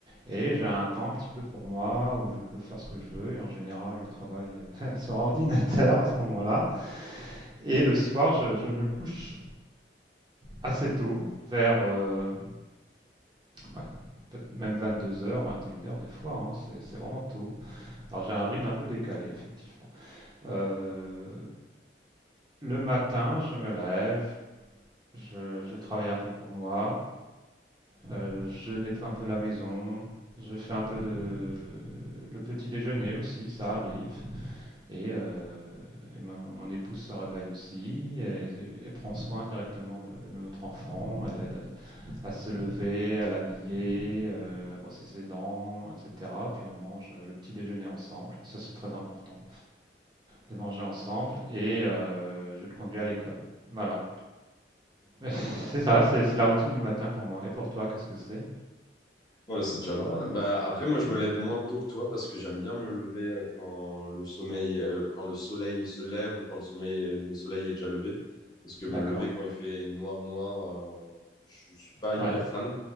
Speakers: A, on the right (about 25°); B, on the left (about 25°).
A: Et j'ai un temps un petit peu pour moi où je peux faire ce que je veux. Et en général, je travaille euh, <laughs> sur ordinateur à ce moment-là. Et le soir, je, je me couche assez tôt, vers euh, ouais, peut-être même 22h, 21 heures des fois, hein, c'est, c'est vraiment tôt. Alors j'ai un rythme un peu décalé, effectivement. Euh, le matin, je me lève, je, je travaille un peu pour moi, euh, je nettoie un peu la maison, je fais un peu de le petit déjeuner aussi, ça arrive. Et, euh, et mon, mon épouse se réveille aussi et, et prend soin directement de notre enfant. Elle l'aide à se lever, à l'habiller, euh, à brosser ses dents, etc. Puis on mange euh, le petit déjeuner ensemble. Ça, c'est très important, de manger ensemble. Et euh, je te conduis à l'école. Voilà. <laughs> C'est ça, c'est c'est la routine du matin pour moi. Et pour toi, qu'est-ce que c'est?
B: Ouais, c'est déjà pas mal. Bah, après, moi, je
A: Hmm.
B: me lève moins tôt que toi parce que j'aime bien me lever euh, quand le sommeil, euh, quand le soleil se lève ou quand le sommeil, est- le soleil est déjà levé. Parce que me
A: D'accord.
B: lever quand il fait noir, noir, euh, je suis pas
A: Ouais.
B: hyper fan.